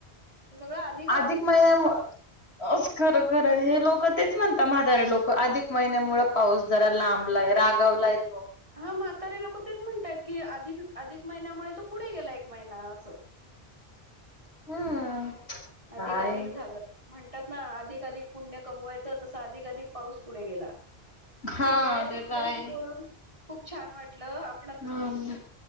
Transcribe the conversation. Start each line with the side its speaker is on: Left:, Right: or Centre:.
Right: त सगळं आधी
Left: अधिक महिने अस खरं खरं हे लोक तेच म्हणतात म्हातारे लोक अधिक महिन्यामुळे पाऊस जरा लांबलाय, रागावलाय. तो
Right: हा म्हातारे लोक तेच म्हणतयत की अधिक अधिक महिन्यामुळे तो पुढे गेला एक महिना असं.
Left: हम्म. काय
Right: अधिक अधिक झालं. म्हणतात ना अधिक अधिक पुण्य कमवायचं तसं अधिक अधिक पाऊस पुढे गेला.
Left: हा
Right: ठीक आहे तुमच्याशी
Left: ते तर आहे.
Right: बोलून खूप छान वाटलं, आप
Left: हम्,